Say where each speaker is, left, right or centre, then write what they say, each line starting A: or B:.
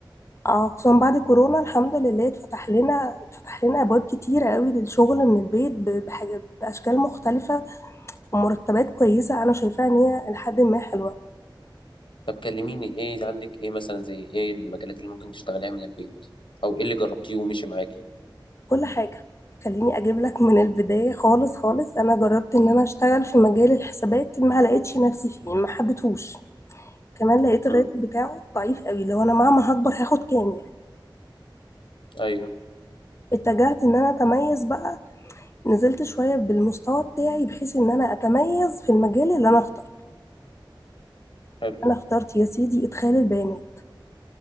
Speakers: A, on the left (about 35°); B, on the left (about 85°).
A: اه خصوصا بعد كورونا الحمد لله اتفتح لنا اتفتح لنا ابواب كتيرة قوي للشغل من البيت ب- بحاجة باشكال مختلفة ومرتبات كويسة انا شايفاها ان هي لحد ما حلوة
B: طب كلميني إيه عندك إيه مثلا زي إيه المجالات اللي ممكن تشتغليها من البيت أو إيه اللي جربتيه ومشي معاكي
A: كل حاجة خليني اجيب لك من البداية خالص خالص انا جربت ان انا اشتغل في مجال الحسابات ما لقيتش نفسي فيه ما حبيتهوش كمان لقيت الراتب
B: امم
A: بتاعه ضعيف قوي لو انا مهما هكبر هاخد كام يعني
B: أيوه
A: اتجهت ان انا اتميز بقى نزلت شوية بالمستوى بتاعي بحيث ان انا اتميز في المجال اللي انا اخترته
B: حلو
A: انا اخترت يا سيدي ادخال البيانات